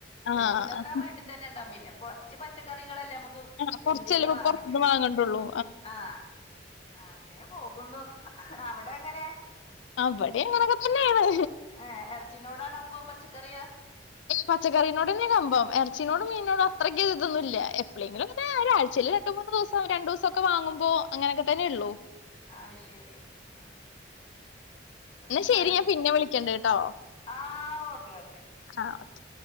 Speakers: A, on the left; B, on the left.
A: ആഹ്
B: ഒരുവിധം ഒക്കെ വീട്ടിൽ തന്നെ ഉണ്ടാവും പിന്നെ കുറച്ച് പച്ചക്കറികളല്ലേ നമുക്ക്
A: ആഹ്
B: പീടികേന്ന്
A: കൊറച്ചല്ലേപ്പ
B: വാങ്ങേണ്ടി
A: പുറത്തുന്ന്
B: വരും
A: വാങ്ങണ്ടുള്ളൂ
B: ആഹ് അങ്ങനെ പോകുന്നു. അവിടെ എങ്ങനെ?
A: ആഹ് ഇവിടെ അങ്ങനൊക്കെ തന്നെയാണ്
B: ഏഹ് എറച്ചിനോടാ കമ്പോം പച്ചക്കറിയ
A: ഈ പച്ചക്കറിനോട തന്നെ കമ്പം ഇറച്ചിനോടും മീനോടും അത്രയ്ക്ക ഇതോന്നും ഇല്ല എപ്പോളെങ്കിലും ഒരാഴ്ചയില് രണ്ട് മൂന്ന് ദിവസം രണ്ടു ദിവസൊക്കെ വാങ്ങുമ്പോ അങ്ങനൊക്കെ തന്നെ ഉള്ളൂ
B: ആഹ ശരി ആഹ് അതന്നെ
A: എന്ന ശരി
B: നല്ലത്
A: ഞാൻ പിന്നെ വിളിക്കേണ്ട് കേട്ടോ
B: ആഹ് ഓക്കെ ഓക്കെ
A: ആഹ് ഓക്കെ